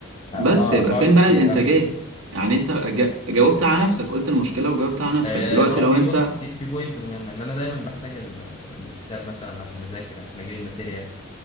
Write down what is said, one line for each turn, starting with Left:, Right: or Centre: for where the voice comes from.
Right: بس
Left: اه آه،
Right: يبقى
Left: بقعد
Right: فين
Left: كتير
Right: بقى الانتاجية
Left: قوي
Right: يعني انت جا- جاوبت على نفسك قلت المشكلة وجاوبت على نفسك
Left: آه
Right: دلوقتي
Left: ما هو
Right: لو
Left: في
Right: انت
Left: بص في في بوينت مهمة ان انا دايما بحتاج ال- الواتساب مثلا عشان اذاكر عشان اجيب الماتيريال